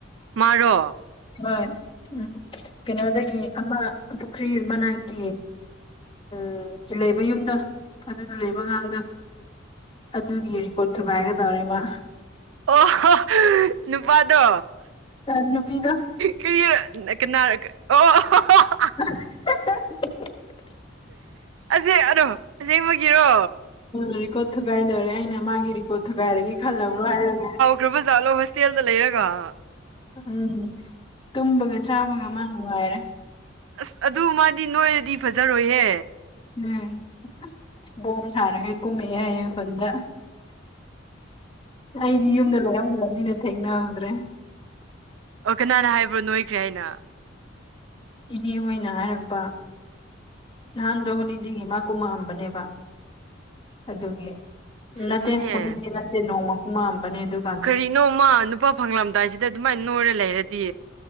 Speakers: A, on the right; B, on the left.
A: ꯃꯥꯔ‌ꯣ
B: ꯍꯣꯏ ꯎꯝ ꯀꯩꯅꯣꯗꯒꯤ ꯑꯃ ꯄꯨꯈ꯭ꯔꯤ ꯃꯅꯥꯛꯀꯤ ꯎꯝ ꯂꯩꯕ ꯌꯨꯝꯗ‌ꯣ ꯑꯗꯨꯗ ꯂꯩꯕ ꯑꯉꯥꯡꯗ‌ꯣ ꯑꯗꯨꯒꯤ ꯔꯤꯀꯣꯔꯠ ꯊꯨꯒꯥꯏꯒꯗꯧꯔ‌ꯦ ꯃꯥ
A: ꯑꯣꯍ‌ꯣ ꯅꯨꯄꯥꯗꯣ
B: ꯇ ꯅꯨꯄꯤꯗ‌ꯣ
A: ꯀꯔꯤꯔꯛ ꯀꯅꯥꯔꯛ ꯑꯣ <unintelligible>
B: <unintelligible>
A: ꯑꯁꯤ ꯑꯗꯨꯝ ꯑꯁꯦꯡꯕꯒꯤꯔꯣ
B: ꯑ‌ ꯔꯤꯀꯣꯔꯠ ꯊꯨꯒꯥꯏꯗꯧꯔꯦ ꯑꯩꯅ ꯃꯥꯒꯤ ꯔꯤꯀꯣꯔꯠ ꯊꯨꯒꯥꯏꯔꯒꯦ ꯈꯜꯂꯕ꯭ꯔꯣ ꯍꯥꯏꯔꯒ
A: ꯒ꯭ꯔꯕꯖꯥꯠꯂꯣ ꯍꯣꯁꯇꯦꯜꯗ ꯂꯩꯔꯒ
B: ꯎꯝ ꯇꯨꯝꯕꯒ ꯆꯥꯕꯒ ꯃꯥ ꯅꯨꯡꯉꯥꯏꯔꯦ
A: ꯑꯁ ꯑꯗꯨ ꯃꯥꯗꯤ ꯅꯣꯏꯔꯗꯤ ꯐꯖꯔꯣꯏꯍꯦ
B: ꯎꯝ ꯑ ꯁꯕꯣꯝ ꯁꯥꯔꯒ ꯀꯨꯝꯃꯛꯑꯦ ꯍꯌꯦꯡ ꯈꯨꯟꯗ ꯑꯩꯗꯤ ꯌꯨꯝꯗ ꯂꯩꯔꯝꯗ꯭ꯔꯕꯅꯤꯅ ꯊꯦꯡꯅꯍꯧꯗ꯭ꯔꯦ
A: ꯑꯣ ꯀꯅꯥꯅ ꯍꯥꯏꯕ꯭ꯔꯣ ꯅꯣꯏꯈ꯭ꯔꯦ ꯍꯥꯏꯅ
B: ꯏꯅꯦ ꯍꯣꯏꯅ ꯍꯥꯏꯔꯛꯄ ꯅꯍꯥꯟꯗꯣ ꯍꯣꯂꯤꯗꯦꯒꯤ ꯃꯥ ꯀꯨꯝꯃꯛꯑꯝꯕꯅꯦꯕ ꯑꯗꯨꯒꯤ
A: ꯑꯁ
B: ꯅꯠꯇꯦ
A: ꯑꯗꯨꯅꯦ
B: ꯍꯣꯂꯤꯗ‌ꯦ ꯅꯠꯇꯦ ꯅꯣꯡꯃ ꯀꯨꯝꯃꯛꯑꯝꯕꯅꯦ ꯑꯗꯨ
A: ꯀꯔꯤꯅꯣ ꯃꯥ ꯅꯨꯄꯥ ꯐꯪꯂꯝꯗꯥꯏꯁꯤꯗ ꯑꯗꯨꯃꯥꯏ ꯅꯣꯏꯔ ꯂꯩꯔꯗꯤ